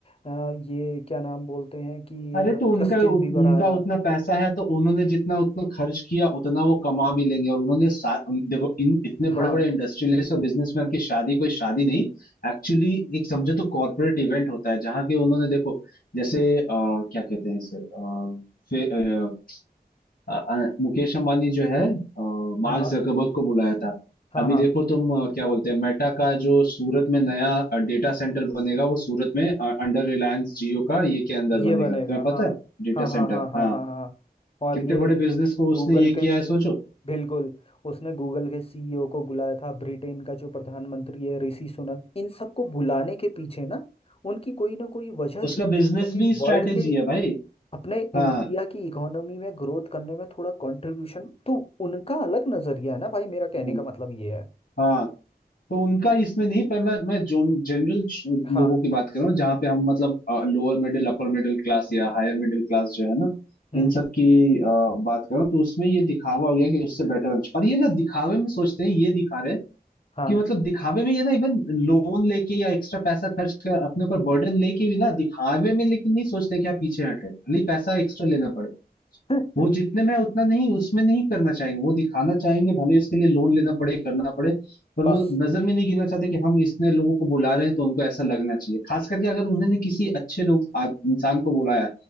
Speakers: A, on the left; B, on the left.
A: अ, ये क्या नाम बोलते हैं कि
B: अरे
A: अ,
B: तो उनका
A: जस्टिन
B: उत,
A: बीबर
B: उनका
A: आया
B: उतना पैसा है तो उन्होंने जितना उतना खर्च किया उतना वो कमा भी लेंगे और उन्होंने सा- उन- देखो इन इतने
A: हाँ
B: बड़े बड़े इंडस्ट्रियलिस्ट और बिजनेसमैन की शादी कोई शादी नहीं एक्चुअली एक समझो तो कॉर्पोरेट इवेंट होता है जहाँ के उन्होंने देखो जैसे अ, क्या कहते हैं इसे अ, अ, मुकेश अंबानी जो है अ,
A: हाँ
B: मार्क
A: हाँ
B: जकरबर्ग को बुलाया था
A: हाँ
B: अभी
A: हाँ
B: देखो तुम अ, क्या बोलते हैं मेटा का जो सूरत में नया अ, डेटा सेंटर बनेगा वो सूरत में अ, अंडर रिलायंस जियो का ये के अंदर
A: ये
B: बनेगा
A: बनेगा
B: तुम्हें पता
A: हाँ
B: है डेटा
A: हाँ हाँ
B: सेंटर
A: हाँ हाँ
B: हाँ
A: हाँ हाँ हाँ। और
B: कितने
A: ये
B: बड़े बिजनेस को उसने
A: गूगल
B: ये
A: के
B: किया है सोचो
A: बिल्कुल उसने गूगल के सीईओ को बुलाया था ब्रिटेन का जो प्रधानमंत्री है ऋषि सुनक इन सबको बुलाने के पीछे ना उनकी कोई ना कोई वजह
B: उसका
A: थी
B: बिजनेस
A: क्योंकि
B: भी स्ट्रैटेजी
A: वर्ल्ड के
B: है भाई
A: अपने इंडिया
B: हाँ
A: की इकोनॉमी में ग्रोथ करने में थोड़ा कंट्रीब्यूशन तो उनका अलग नजरिया है ना भाई मेरा कहने
B: हम्म,
A: का मतलब ये है
B: हाँ तो उनका इसमें नहीं पर मैं मैं जोन जनरल
A: हाँ
B: लोगों की बात कर रहा हूँ जहाँ पे हम मतलब lower middle upper middle class या हायर मिडिल क्लास जो है ना
A: हम्म
B: इन सब की अ, बात कर रहा हूँ तो उसमें ये दिखावा हो गया कि उससे बेटर और ये ना दिखावे में सोचते हैं ये दिखा रहे हैं
A: हाँ
B: कि मतलब दिखावे में ये ना इवन लोन लेके या एक्स्ट्रा पैसा खर्च कर अपने ऊपर बर्डन लेके भी ना दिखावे में लेकिन नहीं सोचते कि आप पीछे हटे भले ही पैसा एक्स्ट्रा लेना पड़े
A: <laughs>
B: वो जितने में है उतना नहीं उसमें नहीं करना चाहेंगे वो दिखाना चाहेंगे भले इसके लिए लोन लेना पड़े करना पड़े पर
A: बस
B: वो नजर में नहीं गिनना चाहते कि हम इतने लोगों को बुला रहे हैं तो उनको ऐसा लगना चाहिए खास करके अगर उन्होंने किसी अच्छे लोग आद- इंसान को बुलाया